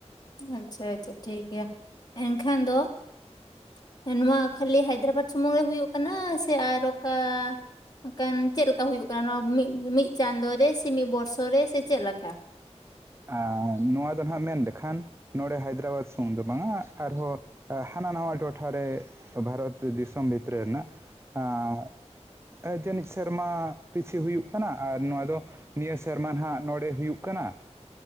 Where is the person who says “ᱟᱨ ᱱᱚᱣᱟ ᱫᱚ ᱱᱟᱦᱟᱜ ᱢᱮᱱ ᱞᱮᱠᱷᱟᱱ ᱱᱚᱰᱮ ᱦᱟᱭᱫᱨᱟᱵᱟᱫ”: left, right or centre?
Right